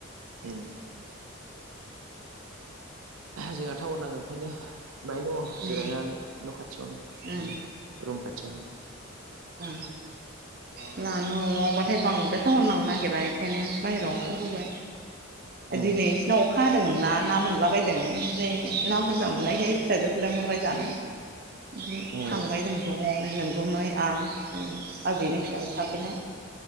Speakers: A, on the right (about 90°); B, on the right (about 45°).
A: उम्म। जोंहा थावोर नाङो ओंखायनो बाहाययनो दङ
B: उम
A: जिरायनानै न' खाथियावनो
B: उम
A: रुम खाथि थियावनो
B: ओ जोंहानि न' आवबाथाय बांद्राय थायोरनांनो नागिरा बेखायनो बाहेरायाव ओंखारबोबाय
A: उम
B: दिनै बिसिनाव अखा हादोंमोन ना ना मोनलाबायदों ओमफ्राय ना बुरजा मोननायखाय फिसाजोखौ लिंहरबाय जानो ओमफ्राय
A: ए
B: थांबाय जों ज'नो नोंगुमै आं आबैनि फिसाजो थाफैनाय ।